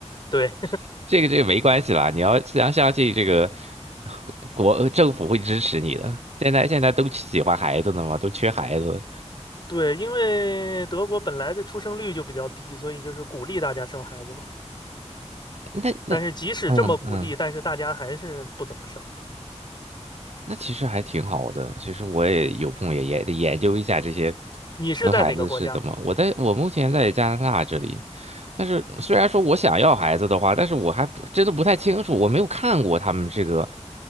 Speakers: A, on the left (about 40°); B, on the right (about 60°).
A: 对
B: <laughs> 这个这个没关系啦。你要相相信这个国政府会支持你的。现在现在都喜欢孩子呢嘛，都缺孩子。
A: <laughs> 对，因为德国本来的出生率就比较低，所以就是鼓励大家生孩子嘛。
B: 那那
A: 但是即使这么鼓励，
B: 嗯嗯。
A: 但是大家还是不怎么生。
B: 那其实还挺好的。其实我也有空也也得研究一下这些
A: 你是在哪个国家？
B: 生孩子是怎么。我在我目前在加拿大这里，但是虽然说我想要孩子的话，但是我还不真的不太清楚，我没有看过他们这个，